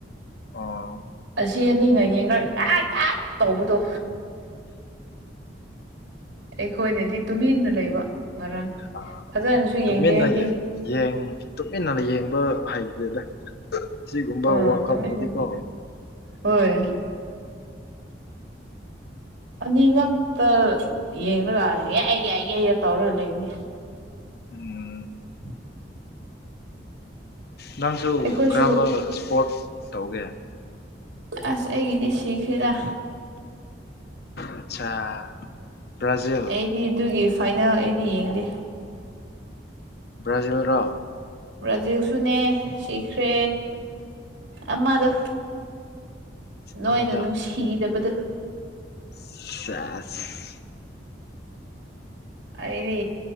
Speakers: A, on the left; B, on the right.
A: ꯑꯣ
B: ꯑꯁꯤ ꯑꯅꯤꯅ ꯌꯦꯡꯔꯒ ꯑꯩꯠ ꯑꯩꯠ ꯇꯧꯕꯗꯣ ꯑꯩꯈꯣꯏꯅꯗꯤ ꯇꯨꯃꯤꯟꯅ ꯂꯩꯕ ꯉꯔꯥꯡ
A: ꯑꯥ
B: ꯐꯖꯟꯅꯁꯨ
A: ꯇꯨꯃꯤꯟꯅ
B: ꯌꯦꯡꯗꯦ ꯑꯩꯗꯤ
A: ꯌꯦꯡ ꯌꯦꯡ ꯇꯨꯃꯤꯟꯅ ꯌꯦꯡꯕ ꯍꯩꯇꯦꯗ ꯁꯤꯒꯨꯝꯕ
B: ꯑ
A: ꯋꯥꯔꯜ ꯀꯥꯞꯇꯗꯤꯀꯣ
B: ꯇꯨꯃꯤꯟꯅ ꯍꯣꯏ ꯑꯅꯤ ꯉꯛꯇ ꯌꯦꯡꯔꯒ ꯌꯥ ꯌꯥ ꯌꯥ ꯇꯧꯔꯒ ꯂꯩꯕꯅꯤ
A: ꯎꯝ
B: <inaudible>
A: ꯅꯪꯁꯨ
B: ꯑꯩꯈꯣꯏꯁꯨ
A: ꯀꯔꯥꯝꯕ ꯁꯄꯣꯔꯠ ꯇꯧꯒꯦ
B: ꯑꯁ ꯑꯩꯒꯤꯗꯤ ꯁꯤꯈ꯭ꯔꯦꯗ
A: ꯑꯠꯆꯥ ꯕ꯭ꯔꯥꯖꯤꯜ
B: ꯑꯩꯗꯤ ꯑꯗꯨꯒꯤ ꯐꯥꯏꯅꯦꯜ ꯑꯩꯗꯤ ꯌꯦꯡꯗꯦ
A: ꯕ꯭ꯔꯥꯖꯤꯜꯔꯥ
B: ꯕ꯭ꯔꯥꯖꯤꯜꯁꯨꯅꯦ ꯁꯤꯈ꯭ꯔꯦ ꯑꯃꯗꯨ ꯅꯣꯏꯅ
A: ꯑꯃꯗꯣ
B: ꯅꯨꯡꯁꯤꯗꯕꯗꯨ
A: ꯁꯦꯁ
B: ꯑꯩ